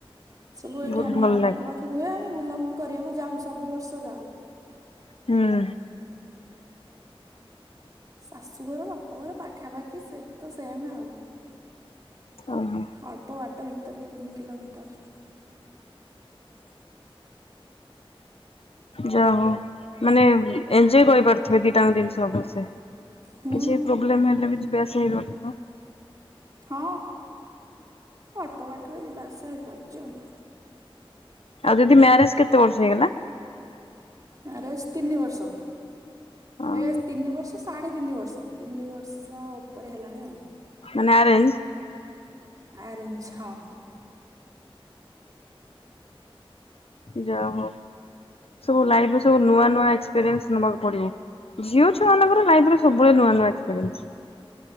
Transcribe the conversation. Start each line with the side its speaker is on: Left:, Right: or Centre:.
Right: ସବୁ ଏଇଠି
Left: ବହୁତ
Right: ଆମ
Left: ଭଲ
Right: ଗାଁ
Left: ଲାଗେ।
Right: ପାଖାପାଖି ହୁଏ ଆମେ ବୁଲାବୁଲି କରିବାକୁ ଯାଉ ସବୁ ବର୍ଷ ଯାଉ।
Left: ହୁଁ।
Right: ଶାଶୁଘର ବାପା ଘର ପାଖାପାଖି ସେଠି ତ ସେମ ଆଉ।
Left: ଓହୋ
Right: ଅଳ୍ପ ବାଟ ବି ତରେ ତିନି କିିଲୋମିଟର।
Left: ଯା ହଉ ମାନେ ଏଞଜୟ କ ଥିବେ ଦିଟାଙ୍କ ଜିନିଷ ଅବଶ୍ୟ
Right: ହୁଁ
Left: କିଛି ପ୍ରୋବ୍ଲେମ ହେଲେ ବି ଯିବା ଆସିବା ହେଇାରୁଥିବ।
Right: ହଁ। ଅଳ୍ପ ବାଟରେ ଯିବା ଆସ ହେଇପାରୁଚି ଆଉ।
Left: ଆଉ ଦିଦି ମ୍ୟାରେଜ କେତେ ବର୍ଷ ହେଇଗଲା?
Right: ମ୍ୟାରେଜ୍ ତିନି ବର୍ଷ।
Left: ହଁ
Right: ଏ ତିନି ବର୍ଷ ସାଢେ ତିନି ବର୍ଷ ତିନି ବର୍ଷ ଉପରେ ହେଲାଣି ଆଉ।
Left: ମାନେ ଆରେଞ୍ଜ?
Right: ଆରେଞ୍ଚ ହଁ।
Left: ଯା ହଉ ସବୁ ଲାଇଫରେ ସବୁ ନୂଆ ନୂଆ ଏକ୍ସପିରିଏନ୍ସ ନବାକୁ ପଡିବ ଝିଅ ଛଆ ମାନଙ୍କର ଲାଇଫ ରେ ସବୁବେଳେ ନୂଆ ନୂଆ ଏକ୍ସପେରେନ୍ସ।